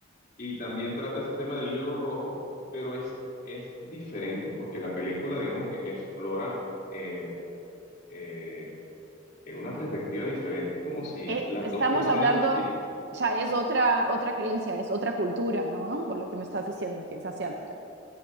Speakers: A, on the left; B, on the right.
A: y también trata este tema del hilo rojo, pero es, es diferente porque la película, digamos que explora eh, eh, eh, una perspectiva diferente. Es como si
B: eh,
A: las
B: estamos
A: dos personas
B: hablando,
A: vi-
B: ya es otra, otra creencia, es otra cultura, ¿no? Por lo que me estás diciendo que es asiática.